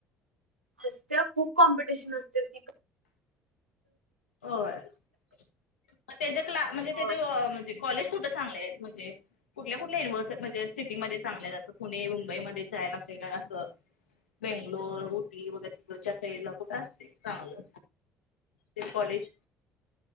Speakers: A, on the right (about 80°); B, on the left (about 80°).
A: असतात खूप कॉम्पिटिशन असतात ति
B: होय मग त्याच्या कला म्हणजे
A: पण
B: त्याचे
A: होय.
B: म्हणजे कॉलेज कुठं चांगले आहेत म्हणजे कुठल्या कुठल्या युनिव्हर्सिट म्हणजे सिटीमध्ये चांगल्या जसं पुणे मुंबईमध्ये जायला असते का असं बेंगलोर, उटी वगैरेच्या साईडला कुठे असते चांगलं ते कॉलेज